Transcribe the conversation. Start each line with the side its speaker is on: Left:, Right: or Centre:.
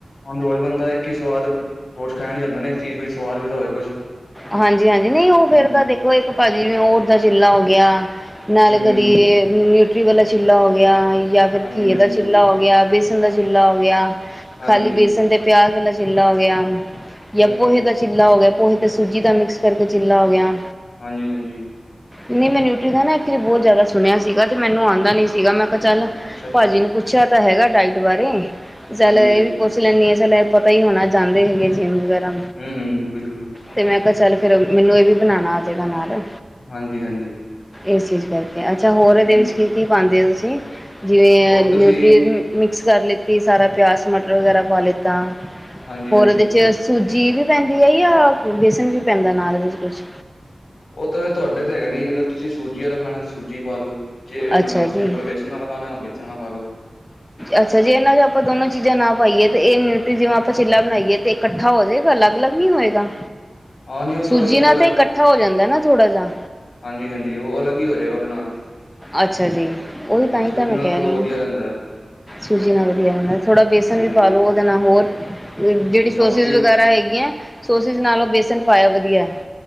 Left: ਹੁਣ ਰੋਜ਼ ਬੰਦਾ ਇੱਕ ਹੀ ਸਵਾਦ, ਰੋਜ਼ ਖਾਇਆ ਨੀ ਜਾਂਦਾ ਨੇ ਇੱਕ ਚੀਜ਼ ਕੋਈ ਸਵਾਦ ਵੀ ਤਾਂ ਹੋਵੇ ਕੁਛ।
Centre: ਹਾਂਜੀ- ਹਾਂਜੀ। ਨਹੀਂ
Left: ਹੂੰ,
Centre: ਉਹ ਫਿਰ
Left: ਹੂੰ।
Centre: ਤਾਂ ਦੇਖੋ ਇੱਕ ਭਾਜੀ ਹੋਰ ਦਾ ਗਿੱਲਾ ਗਿਆ। ਨਾਲੇ
Left: ਹੂੰ-ਹੂੰ,
Centre: ਕਦੀ ਨਿਊਟਰੀ ਵਾਲਾ ਚਿੱਲਾ ਹੋ ਗਿਆ ਜਾਂ ਫਿਰ
Left: ਹਾਂਜੀ-ਹਾਂਜੀ,
Centre: ਘੀਏ ਦਾ ਚਿੱਲਾ ਹੋ ਗਿਆ। ਬ ਬੇਸਨ ਦਾ ਚਿੱਲਾ ਹੋ ਗਿਆ,
Left: ਹਾਂਜੀ,
Centre: ਖਾਲੀ ਬੇਸਨ ਤੇ ਪਿਆਜ ਵਾਲਾ ਚਿੱਲਾ ਹੋ ਗਿਆ। ਜਾਂ
Left: ਹੂੰ-ਹੂੰ,
Centre: ਪੋਹੇ ਦਾ ਚਿੱਲਾ ਹੋ ਗਿਆ, ਪੋਹੇ ਤੇ ਸੂਜੀ ਦਾ ਮਿਕਸ ਕਰਕੇ ਚਿੱਲਾ ਹੋ ਗਿਆ।
Left: ਹਾਂਜੀ- ਹਾਂਜੀ
Centre: ਨਹੀਂ ਮੈ ਨਿਊਕਰੀ ਦਾ ਨਾਂ ਇੱਥੇ ਬਹੁਤ ਜ਼ਿਆਦਾ ਸੁਣਿਆ ਸੀਗਾ ਤੇ ਮੈਨੂੰ ਆਉਂਦਾ ਨ ਨਹੀਂ ਸੀਗਾ। ਮੈਂ ਚੱਲ
Left: ਅੱਛਾ-ਅੱਛਾ,
Centre: ਭਾਜੀ ਨੂੰ ਪੁੱਛਿਆ ਤਾਂ ਹੈਗਾ ਡਾਇਟ ਬਾਰੇ। ਚੱਲ
Left: ਹਾਂਜੀ-ਹਾਂਜੀ,
Centre: ਇਹ ਵੀ ਪੁੱਛ ਲੈਣੀ ਆ ਚੱਲ ਪਤਾ ਹੀ ਹੋਣਾ ਜਾਂਦੇ ਹੈਗੇ ਐ ਜਿੰਮ ਵਗੈਰਾ।
Left: ਹੂੰ ਹੂੰ ਬਿਲਕੁਲ।
Centre: ਤੇ ਮੈਂ ਕਿਹਾ ਚੱਲ ਫੇਰ ਮੈਨੂੰ ਇਹ ਵੀ ਬਣਾਣਾ ਆਜੇਗਾ ਨਾਲ।
Left: ਹਾਂਜੀ- ਹਾਂਜੀ
Centre: ਇਸ ਚੀਜ਼ ਕਰਕੇ। ਅੱਛਾ ਹੋਰ ਇਹਦੇ
Left: ਹੂੰ,
Centre: ਵਿੱਚ ਕੀ- ਕੀ ਪਾਂਦੇ ਹੋ ਤੁਸੀਂ? ਜਿਵੇਂ
Left: ਹੋਰ
Centre: ਨਿਊਟਰੀ
Left: ਤੁਸੀਂ
Centre: ਮਿਕਸ ਕਰ ਲੈਤੀ ਸਾਰਾ ਪਿਆਜ਼, ਮਟਰ ਵਗੈਰਾ ਪਾ ਲਏ। ਤਾਂ
Left: ਹਾਂਜੀ-ਹਾਂਜੀ,
Centre: ਹੋਰ ਵਿੱਚ ਸੂਜੀ ਵੀ ਪੈਂਦੀ ਐ। ਜਾਂ ਬੇਸਣ ਵੀ ਪੈਂਦਾ ਨਾਲ ਇਹਦੇ ਵਿੱਚ ਕੁਛ।
Left: ਉਹ ਤਾਂ ਤੁਹਾਡੇ ਤੇ ਹੈਗਾ ਨੀ ਜੇ ਅਗਰ ਤੁਸੀਂ ਸੂਜੀ ਆਲਾ ਖਾਣਾ ਤਾਂ ਸੂਜੀ ਪਾ ਲਓ। ਜੇ ਮਤਲਬ
Centre: ਅੱਛਾ
Left: ਸਿੰਪਲ
Centre: ਜੀ
Left: ਵੇਸਣ ਆਲਾ ਖਾਣਾ ਤਾਂ ਵੇਸਣ ਆਲਾ ਖਾ ਲੋ।
Centre: ਅੱਛਾ ਜੇ ਇਹਨਾਂ 'ਚ ਆਪਾਂ ਦੋਨੋ ਚੀਜ਼ਾਂ ਨਾ ਪਾਈਏ। ਤੇ ਇਹ ਨਿਊਟਰੀ ਜਿਵੇਂ ਆਪਾਂ ਚਿੱਲਾ ਬਣਾਈਏ। ਤੇ ਇਕੱਠਾ ਹੋ ਜਾਏਗਾ ਅਲੱਗ- ਅਲੱਗ ਨੀ ਹੋਏਗਾ।
Left: ਹਾਂ ਨੀ ਉਹ
Centre: ਸੂਜੀ
Left: ਵੇਖੋ
Centre: ਨਾਲ ਤਾਂ ਇਕੱਠਾ ਹੋ ਜਾਂਦਾ ਨਾ ਥੋੜਾ ਜਾ।
Left: ਹਾਂਜੀ- ਹਾਂਜੀ ਉਹ ਅਲੱਗ ਹੀ ਹੋ ਜਾਏਗਾ ਉਹਦੇ ਨਾਲ।
Centre: ਅੱਛਾ ਜੀ ਉਹੀ
Left: ਹੂੰ,
Centre: ਤਾਂ ਹੀ
Left: ਸੂਜੀ
Centre: ਤਾਂ ਮੈਂ
Left: ਨਾਲ
Centre: ਕਹਿ
Left: ਸਗੋਂ
Centre: ਰਹੀ
Left: ਵਧੀਆ
Centre: ਆ।
Left: ਰਹਿੰਦਾ ਹੈ,
Centre: ਸੂਜੀ ਨਾਲ ਵਧੀਆ ਹੁੰਦਾ ਥੋੜ੍ਹਾ ਬੇਸਨ
Left: ਹਾਂਜੀ
Centre: ਵੀ ਪਾਾਲੋ ਉਹਦੇ ਨਾਲ ਹੋਰ
Left: ਹੂੰ
Centre: ਜਿਹੜੀ
Left: ਹੂੰ,
Centre: ਸੋਸਿਸ
Left: ਬਾਕੀ
Centre: ਵਗੈਰਾ ਹੈਗੀਆਂ, ਸੋਸਿਸ ਨਾਲੋਂ ਬੇਸਨ ਪਾਇਆ ਵਧੀਆ।